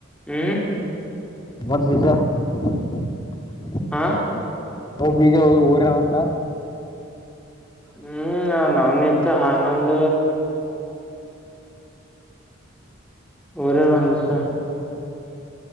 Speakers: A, in the centre; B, on the left (about 20°).
A: ಹ್ಮ್
B: ಮೂವತ್ <unintelligible>
A: ಹಾ
B: ಹ ಬೀಜ ಊರಂತ
A: ಹ್ಮ್ ನವ್ನ ಇತ್ತು ಆನಂದ ರ ನಂದಸ